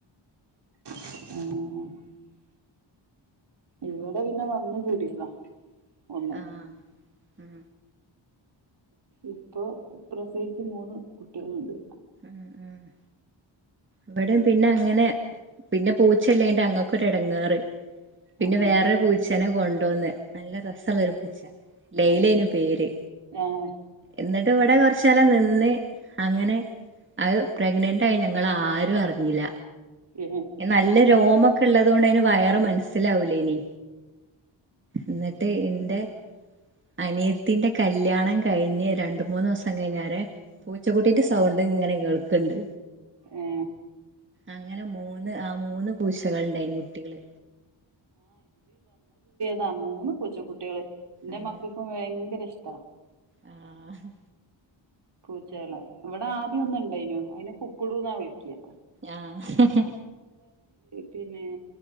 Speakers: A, on the right (about 60°); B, on the right (about 25°).
A: ആഹ ഇവിടെ പിന്നെ വന്ന കൂടിയതാ ഒന്ന്
B: ആഹ ഉം
A: ഇപ്പൊ പ്രസവിിച്ച മൂന്ന് കുട്ടികളുണ്ട്
B: ഉ ഉ അവിട പിന്നെ അങ്ങനെ പിന്നെ പൂച്ചല്ലന്റെ അങ്ങക്കൊരു ഇടങ്ങാറ് പിന്നെ
A: ആ
B: വേറെ പൂച്ചേനെ കൊണ്ടോന്നന്ന് നല്ല രസമുള്ളൊ ഒരു പൂച്ച ലൈലേനു
A: ആ
B: പേര്
A: ഏ
B: എന്നിട്ട് ഇവിടെ കുറച്ചാല നി അങ്ങനെ അത് പ്രഗ്നന്റ് ആയി ഞങ്ങ ആരും അറിഞ്ഞില്ല
A: ഏ
B: നല്ല രോമ ഉള്ളത്ുകൊണ്ട് അതിന് വയറ മനസ്സിലാവൂലേ ഇനി എന്നിട്ട് ഇൻ്റെ അനിയത്തിന്റെ കല്യാണ ണം കഴിഞ്ഞ് രണ്ട് മൂന്ന് ദ കഴിഞ്ഞാരെ പൂച്ചക്കുട്ടിന്റെ സൗ ഇങ്ങനെ കേൾക്ക്ണ്ട്
A: ഏ
B: അങ്ങനെ മൂന്ന് ആ മൂന്ന് പൂച്ചകൾ ഉണ്ടായിരുന്നു കുട്ടികള്
A: താ മൂന്ന് പൂച്ച കുട്ടിയേള് ഇന്റെ
B: ആഹ്
A: മക്കൾക്കും ഭയങ്കര ഇഷ്ട ട്ടാ
B: ആഹ്
A: പൂച്ചകളെ ഇവിടെ ആദ്യാന്ന് ഇണ്ടേയിനു അയിനെ കുക്കുടൂന്നാ വിളിക്ക്യ
B: ആഹ്
A: പിന്നെ